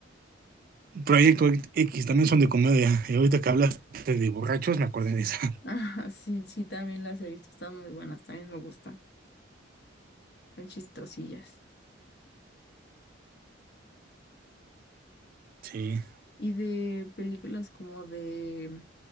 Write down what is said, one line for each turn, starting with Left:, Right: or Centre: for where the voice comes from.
Right: Proyecto X, también son de comedia. Y ahorita que hablaste de borrachos, me acordé de esa.
Left: Ah, sí, sí, también las he visto, están muy buenas, también me gustan, son chistosillas.
Right: Sí.
Left: Y de películas como de